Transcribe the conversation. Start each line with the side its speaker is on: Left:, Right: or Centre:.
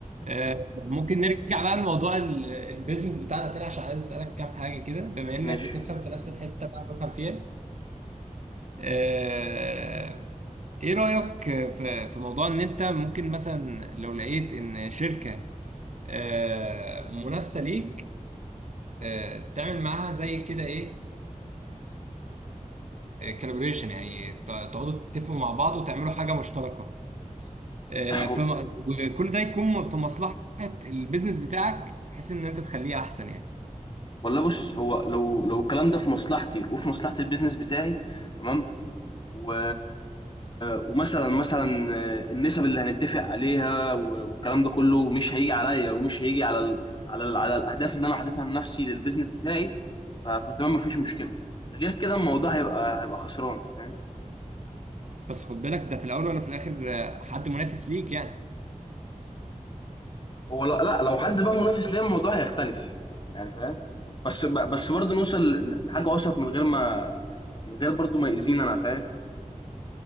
Right: آه، ممكن نرجع بقى لموضوع ال- البيزنس بتاعنا تاني عشان عايز اسالك كام حاجه كده بما انك
Left: ماشي
Right: بتفهم في نفس الحته اللي انا بفهم فيها آه، ايه رايك في في موضوع ان انت ممكن مثلا لو لقيت ان شركه آه، منافسه ليك آه، تعمل معاها زي كده ايه كالبريشن يعني ت- تقعدوا تتفقوا مع بعض وتعملوا حاجه مشتركه آه،
Left: <clears throat> هو-
Right: فم... وكل ده يكون في مصلحة البيزنس بتاعك بحيث ان انت تخليه احسن يعني
Left: والله بص هو لو لو الكلام ده في مصلحتي وفي مصلحة البيزنس بتاعي تمام و... ومثلا مثلا النسب اللي هنتفق عليها والكلام ده كله مش هيجي عليا ومش هيجي على ال... على ال... على الاهداف اللي انا حاططها لنفسي للبيزنس بتاعي ف... فتمام مفيش مشكلة غير كده الموضوع هيبقى هيبقى خسران فاهم
Right: بس خد بالك ده في الاول ولا في الاخر آه، حد منافس ليك يعني
Left: هو لا, لا لو حد بقى منافس ليا الموضوع هيختلف يعني فاهم بس ب- بس برضه نوصل ل- لحاجة أوسط من غير ما من غير برضه ما يأذينا أنا فاهم